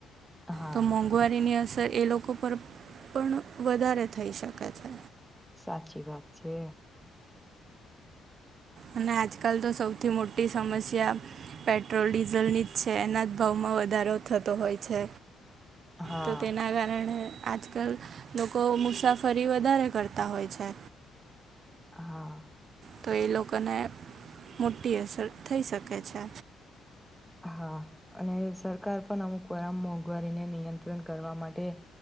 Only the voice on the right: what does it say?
તો મોંઘવારીની અસર એ લોકો પર પણ વધારે થઈ શકે છે
અને આજકાલ તો સૌથી મોટી સમસ્યા પેટ્રોલ ડીઝલની જ છે એના જ ભાવમાં વધારો થતો હોય છે
તો તેના કારણે આજકાલ લોકો મુસાફરી વધારે કરતા હોય છે
તો એ લોકોને મોટી અસર થઈ શકે છે